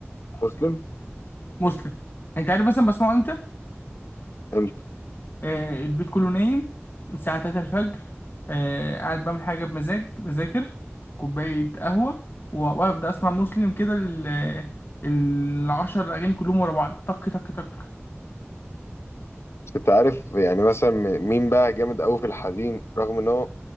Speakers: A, on the left; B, on the left.
A: مسلم
B: مسلم انت عارف مثلا بسمعه امتى
A: أنت
B: آه البيت كله نايم الساعة 3 الفجر آه قاعد بعمل حاجة بمزاج بذاكر كوباية قهوة و- وابدأ اسمع مسلم كده ال- العشر اغاني كلهم ورا بعض طك طك طك
A: أنت عارف يعني مثلا م- مين بقى جامد أوي في الحزين رغم إن هو